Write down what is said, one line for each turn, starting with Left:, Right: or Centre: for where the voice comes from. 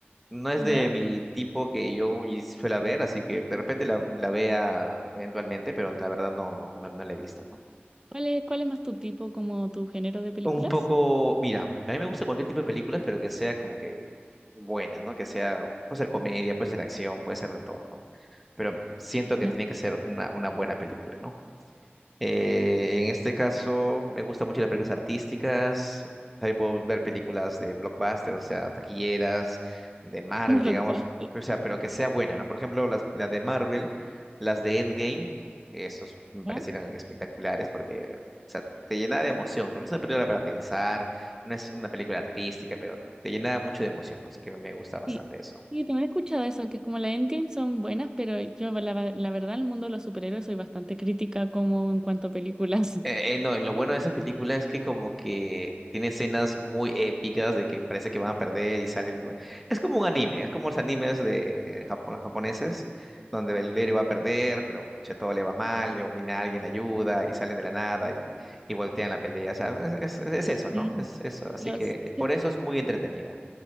Centre: no es
Right: ¿Ya?
Centre: de mi tipo que yo y- suela ver, así que de repente la, la vea eventualmente, pero la verdad no, no, no, no la he visto, ¿no?
Right: ¿Cuál es, cuál es más tu tipo, como tu género de películas?
Centre: Un poco, mira, a mí me gusta cualquier tipo de películas, pero que sea como que buena, ¿no? Que sea, puede ser comedia, puede ser acción, puede ser de todo, ¿no? Pero siento que
Right: ¿Ya?
Centre: tiene que
Right: <laughs>
Centre: ser una, una buena película, ¿no? Eh, en este caso, me gustan mucho las películas artísticas. También puedo ver películas de blockbuster, o sea, taquilleras, de Marvel,
Right: Un Blockbuster,
Centre: digamos. O sea, pero que sea buena, ¿no? Por ejemplo, las, las de Marvel, las de Endgame, esos me parecieron
Right: ¿ya?
Centre: espectaculares porque, o sea, te llena de emoción, ¿no? No es una película para pensar, no es una película artística, pero te llena mucho de emoción, no sé que me gusta bastante
Right: Sí.
Centre: eso.
Right: Sí, también he escuchado eso, que como la Endgame son buenas, pero yo la, la verdad, el mundo de los superhéroes soy bastante crítica como en cuanto a películas. <laughs>
Centre: Eh, eh, no, lo bueno de esa película es que como que tiene escenas muy épicas de que parece que van a perder y sale el... Es como un anime, es como los animes de Japón, japoneses, donde el héroe va a perder, pero pucha, todo le va mal, luego viene alguien, le ayuda y salen de la nada y, y voltean la pelea, o sea, es, es- es eso, ¿no?
Right: Sí.
Centre: Es eso, así
Right: Pero
Centre: que
Right: si-
Centre: por
Right: si-
Centre: eso es muy entretenida.